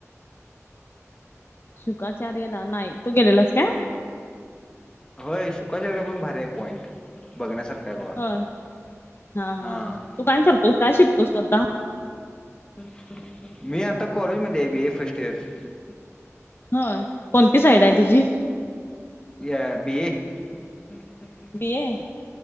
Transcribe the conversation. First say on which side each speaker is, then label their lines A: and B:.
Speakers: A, on the left; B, on the left.
A: शुकाचार्यला नाही तू गेलेलास का
B: होय शुकाच्या पण भारी आहे पॉईंट बघण्यासारखा आहे बघा.
A: होय हां हां
B: हा
A: हां तू काय करतोस काय शिकतोस तू आता?
B: मी आता कॉलेजमध्ये आहे. बी ए फर्स्ट इयर
A: हय कोणती साईड आहे तुझी.
B: या बी हम हम्म.
A: बिए